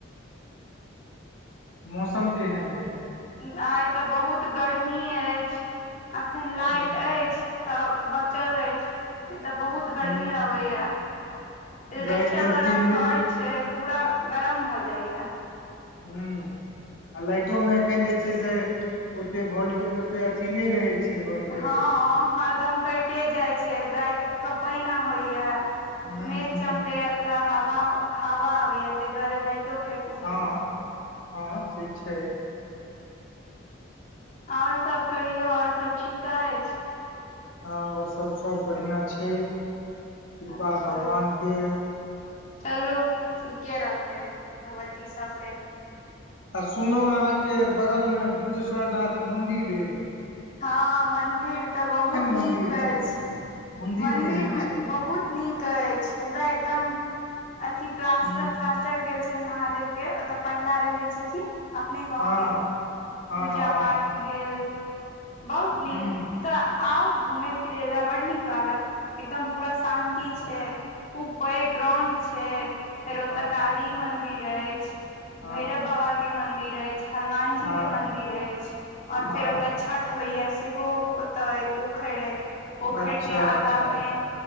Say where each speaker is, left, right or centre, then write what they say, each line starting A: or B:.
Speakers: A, on the left; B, on the left.
A: मौसम केहन एय?
B: आइ तऽ बहुत गर्मी अछि। अखन लाइट
A: ह
B: अछि? काम बचल अछि। इ त बहुत गर्मी
A: ह
B: अबैये। एस्वेस्टस
A: लाइट तऽ
B: वला
A: तीन
B: घर
A: दिन
B: छै, पुरा ग कम भ जैये।
A: ह आ लाइटोमे एखन जे छै से ओतेक वोल्टे ओतेक अथी नहि रहैत छै। वोल्टेज
B: हँ हरदम कटे जाइ छै राति क पैना होइया।
A: ह
B: मेघ
A: ह
B: चमकैया त हाव ह हावा आबै ते दुआरे लाइट टो कट जाय
A: हँ
B: या।
A: हँ से छै।
B: आओर सब? कहियौ आओर सब ठीक अछि?
A: हँ आओर सभ सभ बढ़िआँ छै। कृपा
B: अच्छा
A: भगवानके।
B: चलू ठीके रहतै भगवती सब
A: आ सुनलहुँ अहाँके बगलमे ग्रिजेश्वरनाथ मन्दिर एय?
B: हँ मन्दिर तऽ बहुत नीक
A: मंदिर
B: अछि।
A: छै मंदिर
B: मन्दिर
A: केहन
B: मे
A: छै
B: बहुत नीक अछि। पूरा एकदम अथि प्लास्टर
A: ह
B: प्लास्टर भेल छन्हि महादेव के ओते पंडा रहे छै। छथिन। अपने
A: हँ
B: गाँव के।
A: हँ
B: पूजा पाठ भेल। बहुत नीक
A: हँ
B: ओतऽ आउ घूमेय फिरे लए बड नीक लागत एकदम पूरा शान्ति छै
A: ह
B: खूब पैघ ग्राउंड छै फेर ओतय
A: हँ
B: काली मन मन्दिर अछि।
A: हँ
B: भैरव बाबा के मंन्दिर अछि। हनुमान जी
A: हँ
B: के मंन्दिर अछि और
A: हँ
B: फेर ओतऽ छठ होइऐ सेहो ओतऽ एय पोखर एय। पोखरि
A: अच्छा
B: के आगाँ
A: अच्छा
B: मे